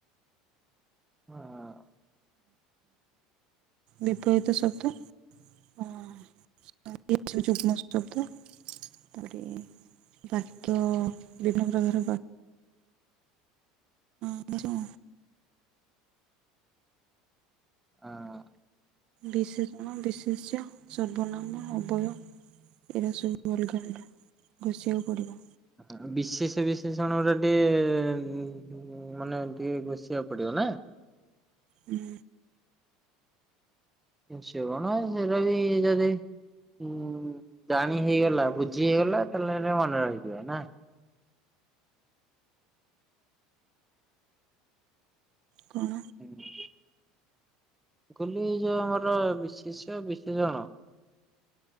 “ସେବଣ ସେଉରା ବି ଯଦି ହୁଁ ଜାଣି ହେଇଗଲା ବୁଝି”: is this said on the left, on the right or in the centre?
Centre